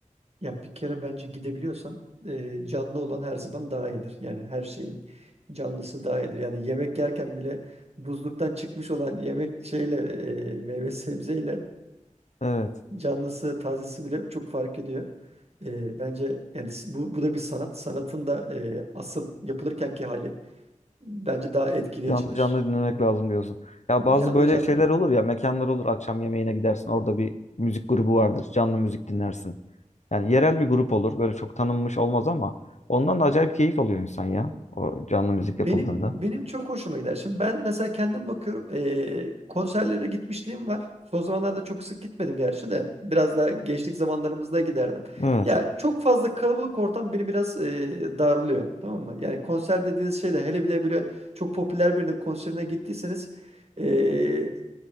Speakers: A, on the right; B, on the left.
A: Ya bir kere bence gidebiliyorsan e, canlı olan her zaman daha iyidir. Yani her şeyin canlısı daha iyidir. Yani yemek yerken bile buzluktan çıkmış olan yemek şeyle e, meyve <laughs> sebzeyle
B: Evet.
A: canlısı tazesi bile çok fark ediyor. E, bence yani s- bu, bu da bir sanat. Sanatın da e, asıl yapılırkenki hali bence daha etkileyicidir.
B: Canlı canlı dinlemek lazım diyorsun. Ya bazı
A: Canlı
B: böyle
A: canlı
B: şeyler olur ya mekanlar olur akşam yemeğine gidersin orada bir müzik grubu vardır canlı müzik dinlersin. Yani yerel bir grup olur böyle çok tanınmış olmaz ama ondan da acayip keyif alıyor insan ya o canlı müzik
A: Benim
B: yapıldığında.
A: benim çok hoşuma gider. Şimdi ben mesela kendim bakıyorum eee, konserlere gitmişliğim var. Son zamanlarda çok sık gitmedim gerçi de biraz daha gençlik zamanlarımızda giderdim.
B: Evet.
A: Ya çok fazla kalabalık ortam beni biraz eee, darlıyor tamam mı? Yani konser dediğiniz şey de hele bir de böyle çok popüler birinin konserine gittiyseniz eee,